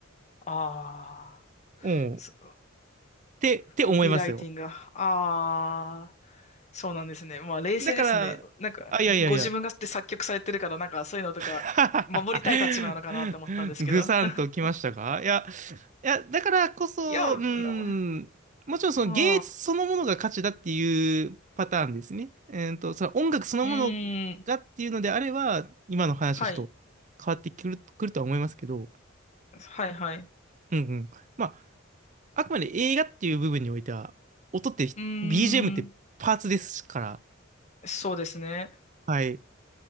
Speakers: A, on the left (about 35°); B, on the right (about 40°).
A: あ
B: うん、っ
A: ー。そ
B: てって思いますよ。
A: コピーライティングが。ああ、そうなんですね。まあ、冷静ですね。
B: だから、
A: なんか、
B: あ、いやいやいや、
A: ご自分がって作曲されてるから、なんか、そういうのとか、
B: <laughs>
A: 守りたい立場なのかなって思ったんですけど。
B: ぐさんときましたかいや、
A: <laughs>
B: いや、だからこそ、
A: いや、
B: うん、
A: な
B: もちろんその芸術そのものが価値だっていうパターンですね。
A: ま
B: えーと、その音楽そのものがっていうのであれば、
A: あ、うーん、
B: 今の話はちょっと
A: はい、
B: 変わってくる、くるとは思いますけど、
A: はい、はい。
B: うんうん。まあ、あくまで映画っていう部分においては、音って、
A: うー
B: BGM ってパーツですから、
A: ん、そうですね。
B: はい。